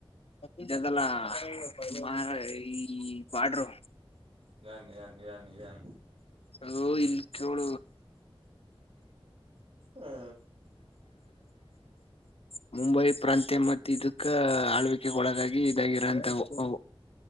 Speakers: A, on the left; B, on the right.
A: ಇದಾದಲ್ಲ <unintelligible> ಈ ಬಾರ್ಡರು
B: ನಿಧಾನ ನಿಧಾನ ನಿಧಾನ ನಿಧಾನ
A: ಲೋ ಇಲ್ಲಿ ಕೇಳ
B: ಹ್ಮ್
A: ಹ್ಮ ಮುಂಬೈ ಪ್ರಾಂತ್ಯ ಮತ್ತ ಇದಕ್ಕ ಆಳ್ವಿಕೆ ಒಳಗಾಗಿ ಇದಾಗಿರೋ ಅಂತಾವು ಓ